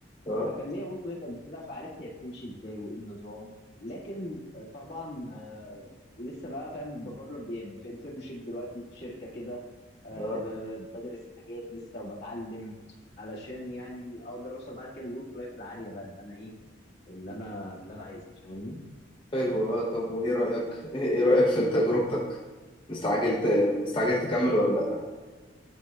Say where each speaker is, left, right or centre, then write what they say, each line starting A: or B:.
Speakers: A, on the left; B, on the left.
A: اه
B: فكان ليا ورك لايف قبل كده فعرفت هي بتمشي ازاي وايه النظام لكن آه، طبعا آه، لسه بقى فاهم بجرب يعني في انترنشيب دلوقتي في شركه كده آه،
A: آه.
B: ب... ب- بدرس حاجات لسه وبتعلم علشان يعني اقدر اوصل بعد كده للورك لايف العاليه بقى اللي انا ايه اللي انا اللي انا عايزها فاهمني
A: حلو آه. طب وايه رأيك <laughs> ايه رأيك في تجربتك مستعجل ت... مستعجل تكمل ولا لا